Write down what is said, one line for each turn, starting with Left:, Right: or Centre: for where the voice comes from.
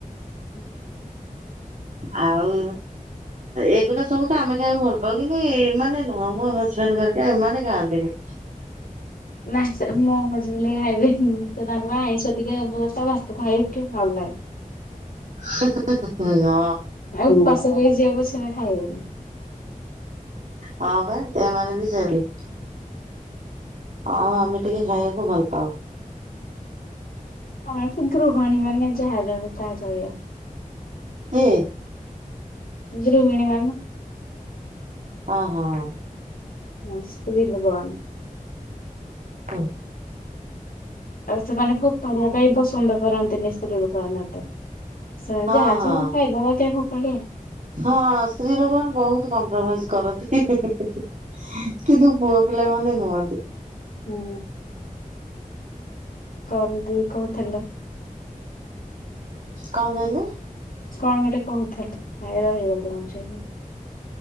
Left: ହୁଁ।
Right: ଆଉ ଏଇଗୁଡ଼ା ସବୁ ତ ଆମେ ଖାଇବାକୁ ଭଲ ହଉ କିନ୍ତୁ ଏମାନେ ନୁହଁ ମୋ ହଜବେଣ୍ଡ ଘରେକା ଏମାନେ ଖାଆନ୍ତି ନି।
Left: ନା ସେ ମୋ ହଜବେଣ୍ଡ ଖାଇବେ ତ ତାଙ୍କର ଆଇଁଷ ଟିକେ ଭାତ ଖାଇ ଭଲ ନାହିଁ।
Right: ହୁଁ ହୁଁ ହୁଁ ହୁଁ।
Left: ଆଉ ଉପାସ ରହି ଯିବେ ପଛେ ସେ ଖାଇବେନି।
Right: ହଁ ବା ଏମାନେ ବି ସେମିତି ଆଉ ଆମେ ଟିକେ ଖାଇବାକୁ ଭଲ ପାଉ।
Left: ହଣସଙ୍କୃୁ ଘଣି ବାାର ନ ଯାହାାଦବ ପାହା ଚଳିବା।
Right: କିଏ?
Left: ଦ୍ରୁବିଣୀ ମାନ
Right: ହଁ ହଁ।
Left: ହଁ ସ୍ତ୍ରୀ ଲୋକମାନେ।
Right: ତଉ <unintelligible>
Left: ଆଉ ସେମାନେ ଖୁବ ପଢଳିବା ପାଇଁ ପସନ୍ଦ କରନ୍ତିନି ସ୍ତ୍ରୀ ଲୋକମାନେ ଏତେ
Right: ହଁ
Left: ଯାହା ଅଛି
Right: ହଁ
Left: ମୁଁ ଖାଇବା କାଇଁ ଫୋପାଡ଼ିବା।
Right: ହଁ ସ୍ତ୍ରୀ ଲୋକମାନେ ବହୁତ କମ୍ପ୍ରମାଇଜ କରନ୍ତି କିନ୍ତୁ ପୁଅ ପିଲା ମାନେ ନୁହଁନ୍ତି।
Left: ହୁଁ କଣ ବିି କହୁଥିଲ?
Right: କଣ କହିଲେ?
Left: କଣ ଗୋଟେ କହୁଥିଲି ଏ ରହିଗଲ ମଝିରେ